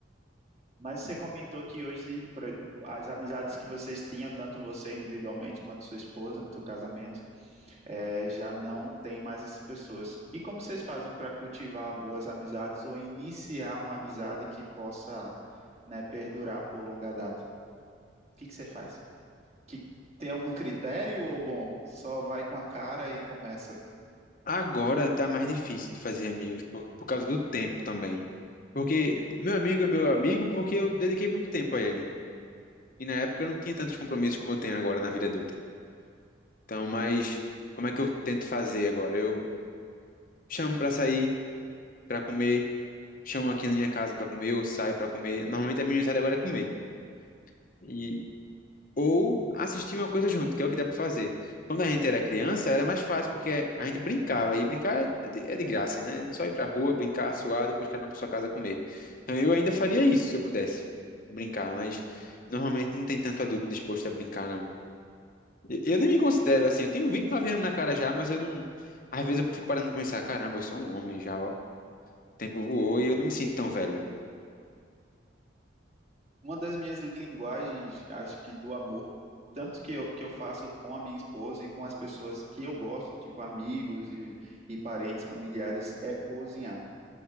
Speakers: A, on the right (about 35°); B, on the left (about 45°).
A: Mas você comentou que hoje por exemplo, as amizades que vocês tinham, tanto você individualmente quanto sua esposa, no seu casamento, é, já não tem mais essas pessoas. E como vocês fazem para cultivar boas amizades ou iniciar uma amizade que possa, né, perdurar por longa data? O que que você faz? Que tem algum critério ou bom, só vai com a cara e começa?
B: Agora tá mais difícil de fazer amigos, por, por causa do tempo também. Porque meu amigo é meu amigo porque eu dediquei muito tempo a ele. E na época eu não tinha tantos compromissos como eu tenho agora na vida adulta. Então, mas como é que eu tento fazer agora? Eu chamo pra sair, pra comer, chamo aqui na minha casa pra comer, ou saio pra comer. Normalmente a minha saída agora é comer. E ou assistir uma coisa junto, que é o que dá pra fazer. Quando a gente era criança, era mais fácil porque a gente brincava e brincar é de, é de graça, né? É Só ir pra rua, brincar, suar, depois cada um pra sua casa comer. Então, eu ainda faria isso se eu pudesse brincar, mas normalmente não tem tanto adulto disposto a brincar, não. Eu nem me considero assim. Eu tenho 29 anos na cara já, mas eu não. Às vezes eu fico parando pra pensar: caramba, eu sou um homem já, ó. O tempo voou e eu não me sinto tão velho.
A: Uma das minhas linguagens, acho que do amor, tanto que eu, que eu faço com a minha esposa e com as pessoas que eu gosto, tipo amigos e, e parentes, familiares, é cozinhar,